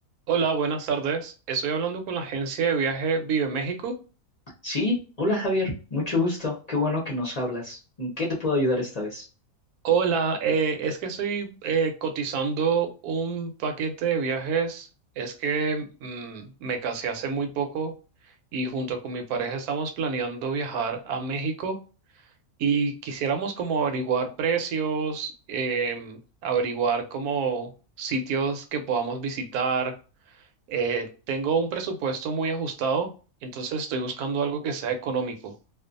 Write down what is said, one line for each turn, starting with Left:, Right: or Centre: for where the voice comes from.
Right: Hola, buenas tardes. Estoy hablando con la agencia de viaje Vive México.
Left: Sí, hola Javier, mucho gusto, qué bueno que nos hablas. ¿En qué te puedo ayudar esta vez?
Right: Hola, eh, es que estoy eh, cotizando un paquete de viajes. Es que mm, me casé hace muy poco y junto con mi pareja estamos planeando viajar a México y quisiéramos como averiguar precios, em, averiguar como sitios que podamos visitar. Eh, tengo un presupuesto muy ajustado, entonces estoy buscando algo que sea económico.